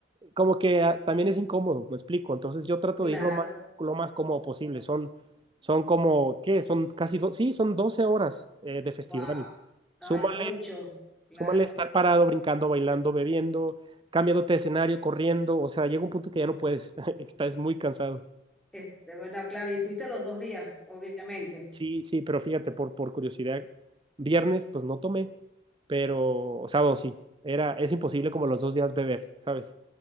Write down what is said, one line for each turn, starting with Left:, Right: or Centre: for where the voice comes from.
Right: como que ah, también es incómodo, me explico. Entonces yo trato
Centre: Claro.
Right: de ir lo más, lo más cómodo posible. Son, son como, ¿qué? Son casi, do- sí, son 12 horas eh, de festival.
Centre: Wow. No,
Right: Súmale,
Centre: es mucho. Claro.
Right: súmale estar parado, brincando, bailando, bebiendo, cambiándote de escenario, corriendo. O sea, llega un punto que ya no puedes, <laughs> estás muy cansado.
Centre: Este, bueno, claro, y fuiste los dos días, obviamente.
Right: Sí, sí, pero fíjate, por, por curiosidad, viernes pues no tomé, pero sábado sí. Era, es imposible como los dos días beber, ¿sabes?